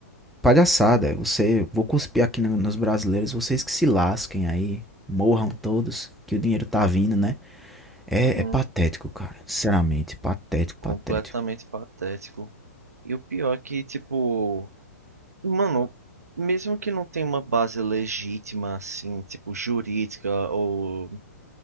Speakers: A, in the centre; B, on the right (about 70°).
A: Palhaçada, você, vou cuspir aqui no- nos brasileiros, vocês que se lasquem aí, morram todos, que o dinheiro tá vindo, né? É,
B: Hum,
A: é patético, cara, sinceramente, patético,
B: completamente
A: patético.
B: patético. E o pior é que, tipo, mano, mesmo que não tenha uma base legítima, assim, tipo, jurídica ou